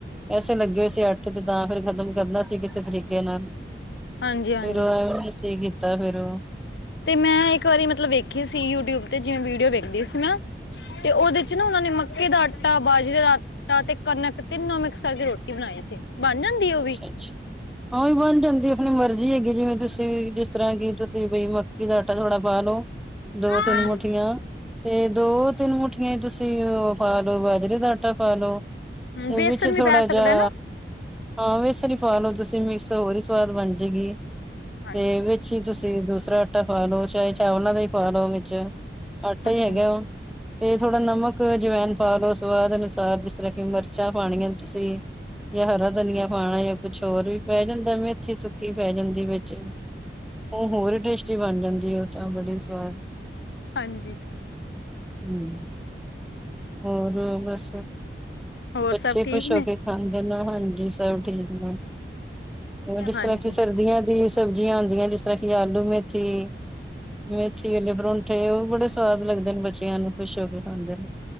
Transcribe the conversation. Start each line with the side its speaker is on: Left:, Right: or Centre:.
Centre: ਪੈਸੇ ਲੱਗੇ ਹੋਏ ਸੀ ਆੱਟੇ ਤੇ ਤਾਂ ਫੇਰ ਖ਼ਤਮ ਕਰਨਾ ਸੀ ਕਿਸੇ ਤਰੀਕੇ ਨਾਲ।
Left: ਹਾਂਜੀ-ਹਾਂਜੀ-ਹਾਂਜੀ।
Centre: ਫੇਰ ਓ ਐਵੇ ਅਸੀਂ ਕੀਤਾ ਫੇਰ ਓ
Left: ਤੇ ਮੈਂ ਇੱਕ ਵਾਰੀ ਮਤਲਬ ਵੇਖੀ ਸੀ ਯੂਟਿਊਬ ਤੇ ਜਿਵੇਂ ਵੀਡੀਓ ਵੇਖਦੀ ਸੀ ਨਾ ਤੇ ਓਦੇ ਚ ਨਾ ਓਨਾਂ ਨੇ ਮੱਕੇ ਦਾ ਆ ਟਾ ਬਾਜਰੇ ਦਾ ਆਟਾ, ਤੇ ਕਣਕ ਤਿੰਨੋ ਮਿਕਸ ਕਰਕੇ ਰੋਟੀ ਬਣਾਈ ਸੀ। ਬਣ ਜਾਂਦੀ ਉਹ
Centre: ਅੱਛਾ-ਅੱਛਾ।
Left: ਵੀ
Centre: ਹਾਂ ਵੀ ਓ ਬਣ ਜਾਂਦੀ ਐ ਆਪਣੀ ਮਰਜ਼ੀ ਹੈਗੀ ਜਿਵੇਂ ਤੁਸੀਂ ਜਿਸ ਤਰਾਂ ਕਿ ਤੁਸੀਂ ਬਈ ਮੱਕੀ ਦਾ ਆਟਾ ਥੋੜਾ ਪਾ ਲਓ। ਦੋ-ਤਿੰਨ
Left: ਹਾਂਜੀ।
Centre: ਮੁਠੀਆਂ ਤੇ ਦੋ-ਤਿੰਨ ਮੁੱਠੀਆਂ ਈਂ ਤੁਸੀਂ ਓ ਪਾ ਲੋ ਬਾਜਰੇ ਦਾ ਆਟਾ ਪਾ ਲਓ।
Left: ਹੂੰ,
Centre: ਤੇ
Left: ਬੇਸਨ
Centre: ਵਿੱਚ
Left: ਵੀ
Centre: ਥੋੜਾ
Left: ਪੈ ਸਕਦਾ
Centre: ਜੇਆ
Left: ਨਾ
Centre: ਹਾਂ ਬੇਸਨ ਈ ਪਾ ਲੋਓ ਤੁਸੀਂ ਮਿਕਸ ਹੋਰ ਈ ਸਵਾਦ ਬਣ ਜੇਗੀ।
Left: ਹਾਂਜੀ,
Centre: ਤੇ ਵਿੱਚ ਤੁਸੀਂ ਦੂਸਰਾ ਆਟਾ ਪਾ ਲਓ ਚਾਏ ਚਾਵਲਾਂ ਦਾ ਈ ਪਾ ਲਓ ਵਿੱਚ ਆਟਾ
Left: ਅੱਛਾ
Centre: ਈ ਹੈਗਾ
Left: ਜੀ,
Centre: ਓ ਤੇ ਥੋੜਾ ਨਮਕ ਅਜਵਾਇਨ ਪਾ ਲੋ ਸਵਾਦ ਅਨੁਸਾਰ, ਜਿਸ ਤਰਾਂ ਕਿ ਮਿਰਚਾਂ ਪਾਣੀਆਂ ਤੁਸੀਂ ਯਾ ਹਰਾ ਧਨੀਆ ਪਾਣਾ ਯਾ ਕੁਛ ਹੋਰ ਵੀ ਪੈ ਜਾਂਦਾ ਮੇਥੀ ਸੁੱਕੀ ਪੈ ਜਾਂਦੀ ਵਿੱਚ ਓ ਹੋਰ ਵੀ ਟੇਸਟੀ ਬਣ ਜਾਂਦੀ ਆ ਓ ਤਾਂ ਬੜੀ ਸਵਾਦ
Left: ਹਾਂਜੀ
Centre: ਹੂੰ, ਹੋਰ ਬਸ,
Left: ਹੋਰ
Centre: ਬੱਚੇ
Left: ਸਭ ਠੀਕ
Centre: ਖੁਸ਼ ਹੋ
Left: ਨੇ
Centre: ਕੇ ਖਾਂਦੇਨ ਹਾਂਜੀ ਸਭ ਠੀਕ ਨੇ ਓ ਜਿਸ
Left: ਹਾਂਜੀ।
Centre: ਤਰਾਂ ਕਿ ਸਰਦੀਆਂ ਦੀ ਸਬਜ਼ੀਆਂ ਆਂਦੀਆਂ ਜਿਸ ਤਰਾਂ ਕਿ ਆਲੂ-ਮੇਥੀ ਮੇਥੀ ਆਲੇ ਪਰੋਂਠੇ ਓ ਵੀ ਬੜੇ ਸਵਾਦ ਲੱਗਦੇ ਨੇ ਬੱਚੇਆਂ ਨੂੰ ਖੁਸ਼ ਹੋ ਕੇ ਖਾਂਦੇ ਨੇ।